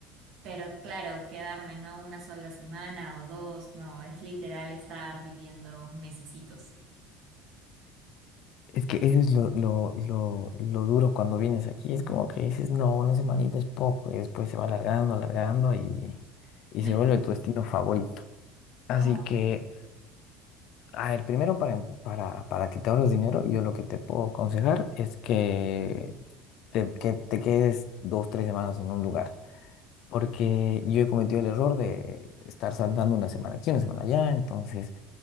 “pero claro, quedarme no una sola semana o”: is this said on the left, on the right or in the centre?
Right